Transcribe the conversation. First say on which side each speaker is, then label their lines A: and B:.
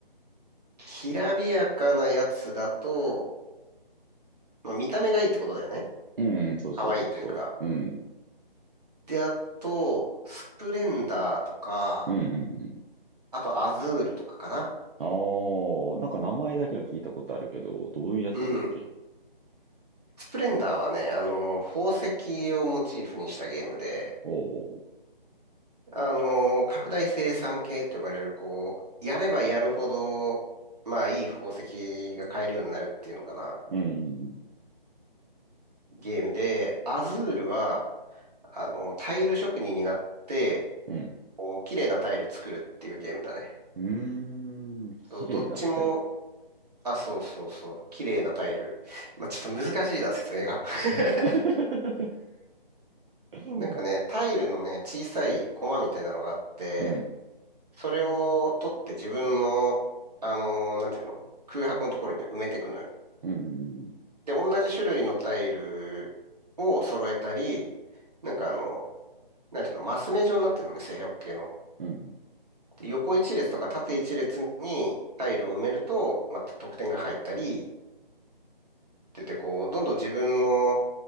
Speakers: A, on the right; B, on the right.
A: きらびやかなやつだと、まあ、見た目がいいってことだよね。
B: うん、そうそうそうそう。
A: 可愛いというか。
B: うん。
A: で、あと、スプレンダーとか、
B: うん、うん、うん
A: あとアズールとかかな。
B: ああ、なんか名前だけは聞いたことあるけど、どういうやつなんだっけ
A: うん。スプレンダーはね、あの、宝石をモチーフにしたゲームで、
B: おおー、
A: あの、拡大生産系って呼ばれる、こう、やればやるほど、まあ、いい宝石が買えるようになるっていうのかな。
B: うん、
A: ゲームで、アズールは、あの、タイル職人になって、
B: うん、
A: こう、綺麗なタイル作るっていうゲームだね。
B: うん。うーん、綺麗なタイル。
A: そうどっちも、あ、そうそうそう。綺麗なタイル。まあ、ちょっと難しいな、説明が。<laughs>
B: <laughs> うん
A: なんかね、タイルのね、小さいコマみたいなのがあって、
B: うん、
A: それを取って自分の、あのーなんていうの空白のところに埋めていくのよ。
B: うん、
A: で、同じ種類のタイルを揃えたり、なんかあの、なんていうの、マス目状になってるのね、正方形の。
B: うん、
A: で、横一列とか縦一列にタイルを埋めると、また得点が入ったり、って言って、こう、どんどん自分の